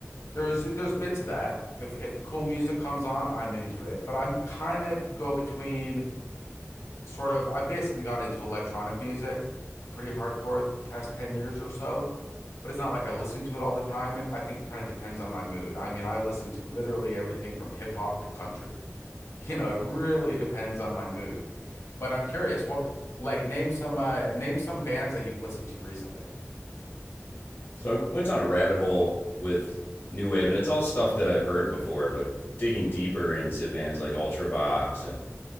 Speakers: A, on the left (about 75°); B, on the left (about 45°).
A: There's there's bits of that. If if cool music comes on, I'm into it. But I'm kind of go between sort of I basically got into electronic music pretty hardcore the past 10 years or so. But it's not like I listen to it all the time. I think it kind of depends on my mood. I mean, I listen to literally everything from hip hop to country. <laughs> you know, it really depends on my mood. But I'm curious, what c- like name some uh name some bands that you've listened to recently.
B: So I went down a rabbit hole with new wave, and it's all stuff that I've heard before, but digging deeper into bands like Ultravox and